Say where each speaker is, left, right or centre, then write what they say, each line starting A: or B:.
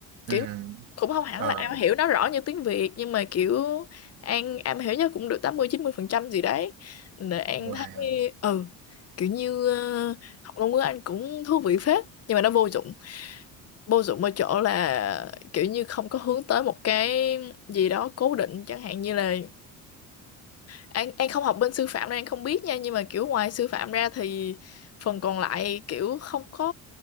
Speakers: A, on the right (about 70°); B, on the left (about 45°).
A: ừ
B: kiểu như- cũng không hẳn
A: ờ
B: là am hiểu nó rõ như tiếng Việt nhưng mà kiểu An am hiểu nhất cũng được tám mươi chín mươi phần trăm gì đấy nên An
A: và
B: thấy ừ kiểu như ờ, học ngôn ngữ Anh cũng thú vị phết nhưng mà nó vô dụng vô dụng ở chỗ là kiểu như không có hướng tới một cái gì đó cố định chẳng hạn như là An An không học bên sư phạm nên An không biết nha nhưng mà kiểu ngoài sư phạm ra thì phần còn lại kiểu không có